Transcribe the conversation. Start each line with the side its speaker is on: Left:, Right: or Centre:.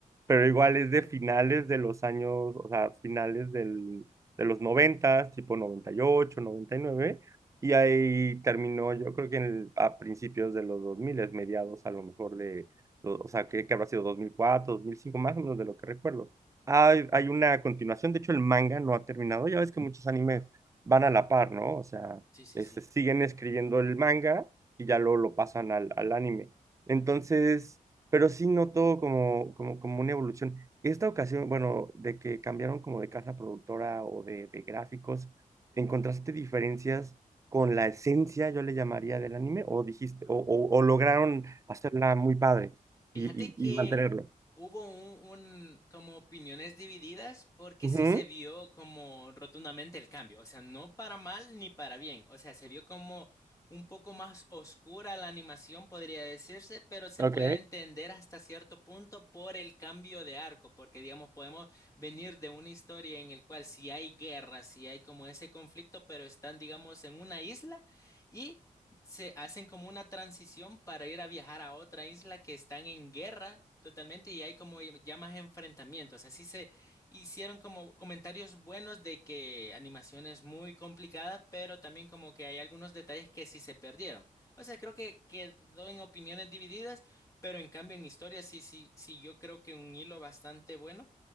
Right: Pero
Left: Ah, ok.
Right: igual es de finales de los años, o sea, finales del, de los noventa, tipo noventa noventa y ocho, noventa y nueve. Y ahí terminó, yo creo que en el- a principios de los 2000, mediados a lo mejor de, o o sea, que, que habrá sido dos dos mil cuatro dos mil cinco más o menos de lo que recuerdo. Hay, hay una continuación, de hecho el manga no ha terminado, ya ves que muchos animes van a la par, ¿no? O sea,
Left: Sí, sí,
Right: este,
Left: sí.
Right: siguen escribiendo el manga y ya luego lo pasan al, al anime. Entonces, pero sí noto como, como, como una evolución. Esta ocasión, bueno, de que cambiaron como de casa productora o de, de gráficos, ¿encontraste diferencias? con la esencia, yo le llamaría, del anime, o dijiste, o, o- o lograron hacerla muy padre
Left: Fíjate
Right: y, y-
Left: que
Right: y mantenerlo.
Left: hubo un, un- como opiniones divididas porque
Right: Ujú,
Left: sí se vio como rotundamente el cambio, o sea, no para mal ni para bien, o sea, se vio como un poco más oscura la animación, podría decirse, pero se
Right: Ok,
Left: puede entender hasta cierto punto por el cambio de arco, porque digamos, podemos venir de una historia en el cual si hay guerra, si hay como ese conflicto, pero están, digamos, en una isla. y se hacen como una transición para ir a viajar a otra isla que están en guerra totalmente y hay como ya ya más enfrentamientos. Así se hicieron como comentarios buenos de que animación es muy complicada, pero también como que hay algunos detalles que sí se perdieron. O sea, creo que quedó en opiniones divididas, pero en cambio en historia sí, sí, sí, yo creo que un hilo bastante bueno.